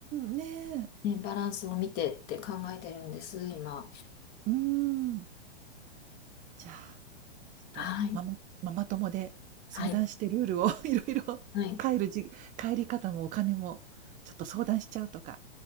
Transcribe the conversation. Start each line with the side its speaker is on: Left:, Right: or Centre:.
Right: ん、ねえ、
Left: ね、バランスを見てって考えてるんです、今。
Right: うーん。じゃあ、ちょっとママママ友で相談してルールを
Left: はい。はい。
Right: <laughs> いろいろ帰るじ帰り方もお金もちょっと相談しちゃうとか。
Left: はい。